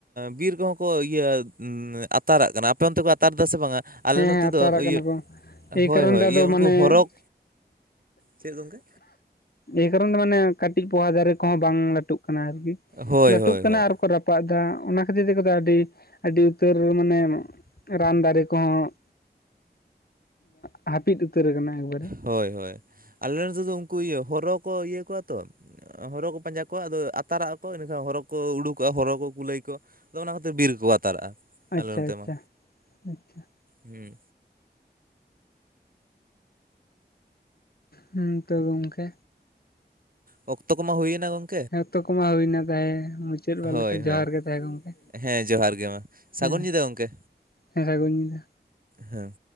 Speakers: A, on the right; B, on the left.
A: ᱵᱤᱨ ᱠᱚᱦᱚᱸ ᱠᱚ ᱤᱭᱟᱹ ᱟᱛᱟᱨᱟᱜ ᱠᱟᱱᱟ ᱟᱯᱮ ᱚᱱᱛᱮ ᱠᱚ ᱟᱛᱟᱨ ᱮᱫᱟ ᱥᱮ ᱵᱟᱝᱟ ᱟᱞᱮ
B: ᱦᱮᱸ
A: ᱱᱚᱛᱮ
B: ᱦᱮᱸ ᱟᱛᱟᱨ
A: ᱫᱚ
B: ᱟᱠᱟᱱᱟ
A: ᱤᱭᱟᱹ
B: ᱠᱚ ᱮᱭ
A: ᱦᱳᱭ
B: ᱠᱟᱨᱚᱱ
A: ᱦᱳᱭ
B: ᱛᱮ ᱟᱫᱚ
A: ᱤᱭᱟᱹ
B: ᱢᱟᱱᱮ
A: ᱩᱱᱠᱩ ᱦᱚᱨᱚ ᱪᱮᱫ ᱜᱚᱝᱠᱮ
B: ᱮ ᱠᱟᱨᱚᱱ ᱫᱚ ᱢᱟᱱᱮ ᱠᱟᱹᱴᱤᱡ ᱯᱚᱦᱟ ᱫᱟᱨᱮ ᱠᱚᱦᱚᱸ ᱵᱟᱝ ᱞᱟᱹᱴᱩᱜ ᱠᱟᱱᱟ ᱟᱨᱠᱤ
A: ᱦᱳᱭ
B: ᱞᱟᱹᱴᱩᱜ
A: ᱦᱳᱭ
B: ᱠᱟᱱᱟ
A: ᱦᱳᱭ
B: ᱟᱨᱠᱚ ᱨᱟᱯ ᱛᱚᱯᱟᱜ ᱮᱫᱟ ᱚᱱᱟ ᱠᱷᱟᱹᱛᱤᱨ ᱛᱮ ᱟᱹᱰᱤ ᱟᱹᱰᱤ ᱩᱛᱟᱹᱨ ᱢᱟᱱᱮ ᱨᱟᱱ ᱫᱟᱨᱮ ᱠᱚᱦᱚᱸ ᱦᱟᱹᱯᱤᱫ ᱩᱛᱟᱹᱨ ᱟᱠᱟᱱᱟ ᱮᱠᱵᱟᱨᱮ
A: ᱦᱳᱭ ᱦᱳᱭ ᱟᱞᱮ ᱱᱚᱛᱮ ᱫᱚ ᱩᱱᱠᱩ ᱤᱭᱟᱹ ᱦᱚᱨᱚ ᱠᱚ ᱤᱭᱟᱹ ᱠᱚᱣᱟ ᱛᱚ ᱦᱚᱨᱚ ᱠᱚ ᱯᱟᱸᱡᱟ ᱠᱚᱣᱟ ᱟᱫᱚ ᱟᱛᱟᱨᱟᱜᱼᱟ ᱠᱚ ᱮᱱᱟ ᱠᱷᱟᱱ ᱦᱚᱨᱚ ᱠᱚ ᱩᱰᱩᱠᱚᱜᱼᱟ ᱦᱚᱨᱚ ᱠᱚ ᱠᱩᱞᱟᱹᱭ ᱠᱚ ᱟᱫᱚ ᱚᱱᱟ ᱠᱷᱟᱹᱛᱤᱨ ᱵᱤᱨ ᱨᱮᱠᱚ ᱟᱛᱟᱨᱟᱜᱼᱟ
B: ᱟᱪᱪᱷᱟ
A: ᱟᱞᱮ ᱱᱚᱛᱮ
B: ᱟᱪᱪᱷᱟ
A: ᱢᱟ
B: ᱟᱪᱪᱷᱟ
A: ᱦᱩᱸ
B: ᱦᱩᱸ ᱛᱚ ᱜᱚᱢᱠᱮ
A: ᱚᱠᱛᱚ ᱠᱚᱢᱟ ᱦᱩᱭᱮᱱᱟ ᱜᱚᱝᱠᱮ
B: ᱦᱮᱸ ᱚᱠᱛᱚ ᱠᱚᱢᱟ ᱦᱩᱭᱱᱟ ᱛᱟᱦᱮᱸ ᱢᱩᱪᱟᱹᱫ ᱵᱮᱲᱟ
A: ᱦᱳᱭ
B: ᱞᱮᱠᱟ
A: ᱦᱳᱭ
B: ᱡᱚᱦᱟᱨ ᱜᱮ ᱛᱟᱦᱮ ᱜᱚᱢᱠᱮ
A: ᱦᱮᱸ ᱡᱚᱦᱟᱨ ᱜᱮ ᱢᱟ ᱥᱟᱹᱜᱩᱱ
B: ᱦᱮᱸ
A: ᱧᱤᱸᱫᱟ ᱜᱚᱢᱠᱮ
B: ᱦᱮᱸ ᱥᱟᱹᱜᱩᱱ ᱧᱤᱸᱫᱟ
A: ᱦᱮᱸ